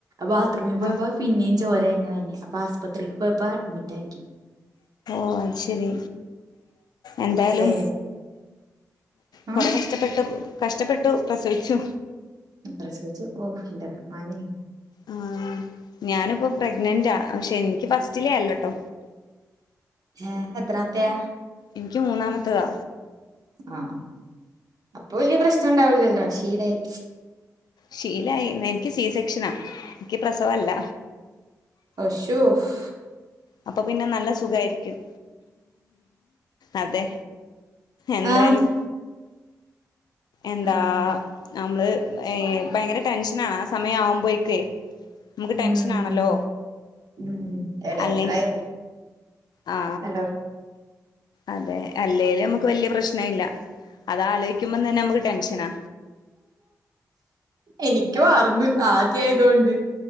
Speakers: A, on the right; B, on the left.
A: ബാത്റൂമിൽ പോയപ്പോ
B: ആഹ്
A: പിന്നേം ചോരതന്നെ വന്നെ അപ്പ ആസ്പത്രിൽക്കോയപ്പോ അഡ്മിറ്റാക്കി
B: ഓ അഹ് ശരി എന്തായാലും
A: വേദന ആ
B: കൊറെ കഷ്ടപ്പെട്ടു കഷ്ടപ്പെട്ടു പ്രസവിച്ചു
A: പ്രസവിച്ചു ഓ എന്റെ റെഹ്മാനെ
B: ആഹ് ഞാനിപ്പോ പ്രഗ്നന്റ് പക്ഷെ എനിക്ക് ഫസ്റ്റിലെ അല്ലട്ടൊ
A: ഏഹ് എത്രാമത്തെ
B: ഇൻക്ക് മൂന്നാമത്തതാ
A: ആഹ് അ അപ്പൊ വല്യ പ്രശ്നണ്ടാവുലല്ലോ ശീലായി
B: ശീലായി എനിക്ക് സി സെക്ഷനാ എനിക്ക് പ്രസവല്ല
A: അശുഫ്
B: അപ്പൊ പിന്നെ നല്ല സുഖായിരിക്കും അതെ എന്തായാലും
A: ആഹ്
B: എന്താ
A: ആഹ്
B: നമ്മള് ഏ ഭയങ്കര ടെൻഷനാണ് ആ സമയം ആവുമ്പമ്പൊഴക്ക് നമുക്ക്
A: ഉം
B: ടെൻഷനാണല്ലോ
A: ഉം എടങ്ങേറായ്
B: അല്ലെങ്കിൽ ആ
A: നല്ലോ
B: അതെ അല്ലേല് നമുക്ക് വല്യ പ്രശ്നല്ല അത ആലോയിക്കുമ്പോതന്നെ നമുക്ക് ടെൻഷനാ
A: എനിക്ക് മറന്ന് ആദ്യയതോണ്ട്